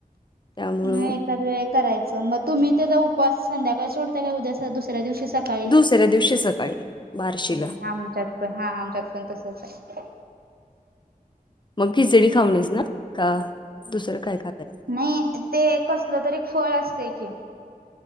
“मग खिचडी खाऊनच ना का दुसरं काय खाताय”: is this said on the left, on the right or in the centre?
Left